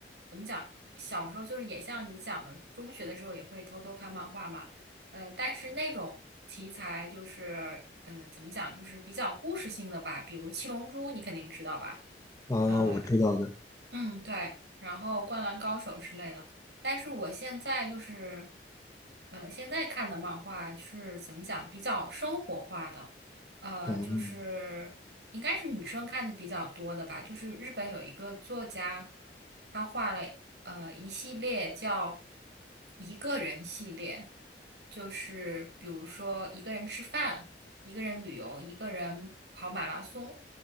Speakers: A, on the right; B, on the left.
A: 怎么讲？小时候就是也像你讲的，中学的时候也会偷偷看漫画嘛。呃，但是那种题材就是呃怎么讲，就是比较故事性的吧，比如《七龙珠》，你肯定知道吧？
B: 啊，
A: 呃。
B: 我知道的。
A: 嗯，对，然后《灌篮高手》之类的。但是我现在就是，呃，现在看的漫画是怎么讲，比较生活化的，呃，
B: 嗯
A: 就是应该是女生看的比较多的吧。就是日本有一个作家，他画了。呃一系列叫一个人系列，就是比如说一个人吃饭、一个人旅游、一个人跑马拉松